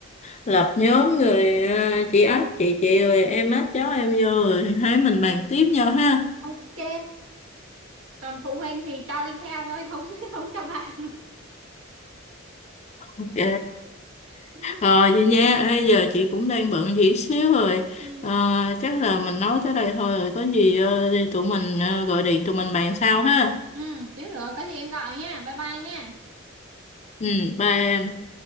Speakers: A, on the left; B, on the right.
A: lập nhóm rồi ờ, chị ách chị chị rồi em ách cháu em vô rồi hai mình bàn tiếp nhau ha
B: ok còn phụ huynh thì cho đi theo thôi không <laughs> không cho bạn
A: Ok,
B: <laughs>
A: rồi vậy nha, Ê, giờ chị cũng đang bận gì xíu rồi,
B: ừ
A: Ờ, chắc là mình nói tới đây thôi rồi, có gì ờ, tụi mình ờ, gọi điện tụi mình bàn sau ha.
B: ừ xíu nữa có gì em gọi nha bye bye nha
A: Ừ, bye em.